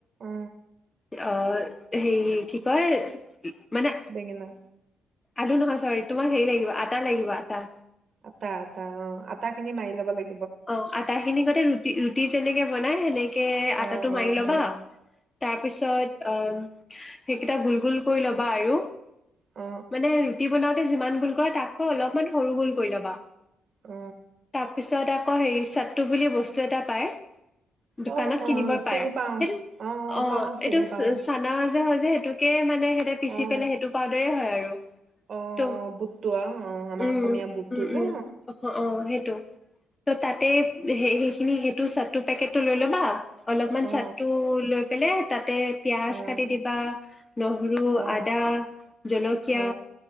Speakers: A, on the right; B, on the left.
A: অ
B: আঁ সেই কি কয়? মানে
A: বেঙেনা।
B: আলু নহয় চৰি, তোমাক হেৰি লাগিব আটা লাগিব আটা।
A: আটা, আটা অ আটা খিনি মাৰি ল'ব লাগে।
B: অ আটাখিনি গতে ৰুটি ৰুটি যেনেকে বনাই সেনেকে, আটাটো
A: অ
B: মাৰি
A: অ
B: ল'বা
A: অ
B: তাৰপিছত অ সেইকেইটা গোল গোল কৰি ল'বা আৰু।
A: অ অ
B: মানে ৰুটি বনাওতে যিমান। গুল কৰা তাতকৈ অলপমান সৰু গুল কৰি ল'বা।
A: অ
B: তাৰপিছততে অ হেৰি চট্ট বুলি বস্তু এটা পায়। দোকানত
A: অ
B: কিনিব
A: অ
B: পায়,
A: চিনি পাও
B: সেইটো অ
A: পাও চিনি
B: এইটো
A: পাও
B: চানা। <unintelligible> যে সেইটোকে মানে সিহতে পিচি
A: অ
B: পেলাই সেইটো পাউদাৰ হয় আৰু।
A: অ
B: ত
A: বুটটো অ অ আমাৰ
B: উম
A: অসমীয়া বুটটো
B: উম
A: যে
B: উম অহ অ সেইটো। তাতে স সেইখিনি সেইটো চাট্টো পেকেটটো লৈ ল'বা। অলপমান
A: অ অ
B: ছাট্টো লৈ পেলাই তাতে পিয়াজ
A: উম
B: কাটি দিবা, নহৰু,
A: অ
B: আদা, জলকীয়া
A: অ অ